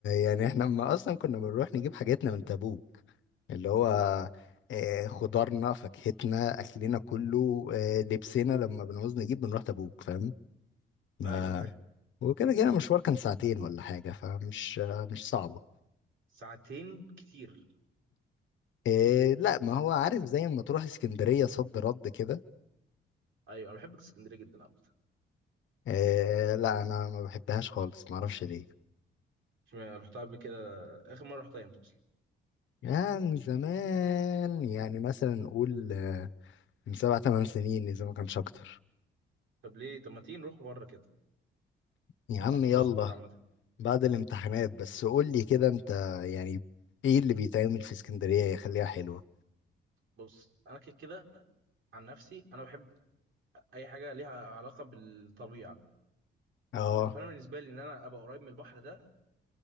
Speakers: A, on the left; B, on the right.
A: يعني احنا ما اصلا كنا بنروح نجيب حاجاتنا من تبوك اللي هو آه، خضارنا فاكهتنا اكلنا كله آه، لبسنا لما بنعوز نجيب بنروح تبوك فاهم ما-
B: <laughs> ايوه فاهم
A: وكده كده المشوار كان ساعتين ولا حاجة فمش آه، مش صعبة
B: ساعتين كتير
A: آه، لا ما هو عارف زي ما تروح اسكندرية صد رد كده
B: ايوه انا بحب اسكندريه جدا عامه
A: آه، لا انا ما بحبهاش خالص ما اعرفش ليه
B: مش م- رحتها قبل كده اخر مره رحتها امتى اصلا
A: يعني زمان يعني مثلا نقول آه، من سبع ثمان سنين اذا ما كانش اكتر
B: طب ليه طب ما تيجي نروح بره كده
A: يا عم
B: هتتبسط
A: يلا
B: عامه
A: بعد الامتحانات بس قول لي كده انت يعني ايه اللي بيتعمل في اسكندرية يخليها حلوة
B: بص انا كده كده عن نفسي انا بحب اي حاجه ليها علاقه بالطبيعه
A: اه
B: فانا بالنسبه لي ان انا ابقى قريب من البحر ده